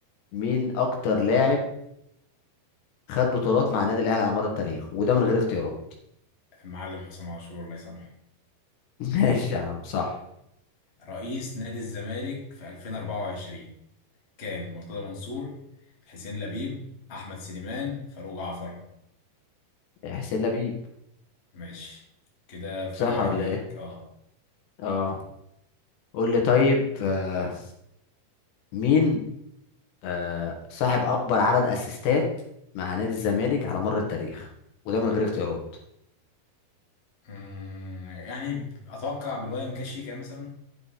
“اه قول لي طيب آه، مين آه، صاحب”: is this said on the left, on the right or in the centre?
Left